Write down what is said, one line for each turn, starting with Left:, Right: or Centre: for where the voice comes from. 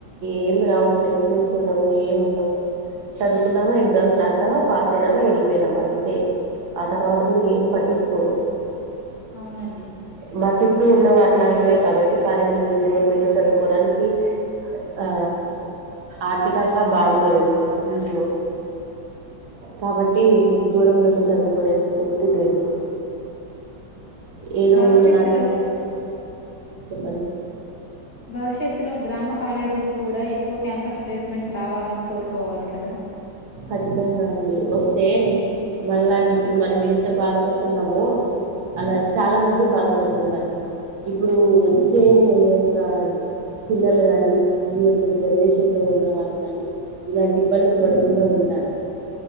Right: ఏమి రావు ప్లేస్మెంట్స్ ఉండవు ఏం ఉన్ నౌ చదువుకున్నామా ఎగ్జామ్స్ రాసినమా పాస్ అయినామా వెళ్ళిపోయినామా అంతే ఆ తర్వాత కూడా ఏం పట్టించుకోరు.
Left: అవునండి.
Right: మా చుట్టూ ఉన్నవు అట్లాంటివే కాబట్టి కాలేజీలు మేము దూరం వెళ్ళి చదువుకోవడానికి ఆ ఆర్థికంగా బాగోలేరు ఇంట్లో కాబట్టి దూరం వెళ్లి చదువుకునేంత శక్తి లేదు. ఏదో
Left: భవిష్యత్తులో
Right: ఉన్న దాంట్లో చెప్పండి.
Left: భవిష్యత్తులోగు గ్రామ కాలేజీలు కూడా ఎక్కువ క్యాంపస్ ప్లేస్మెంట్స్ రావాలని కోరుకోవాలి కదా
Right: ఖచ్చితంగా అండి వస్తే మనలాంటి ఇప్పుడు మనం ఎంత బాధపడుతున్నామో అలా చాలా మంది బాధపడుతుంటారు ఇప్పుడు వచ్చే యొక్క అద్ పిల్లలు గాని ఈ యొక్క జనరేషన్ లో ఉన్న వాళ్ళు గాని ఇలాంటి ఇబ్బందులు వడు కుండా ఉంటారు.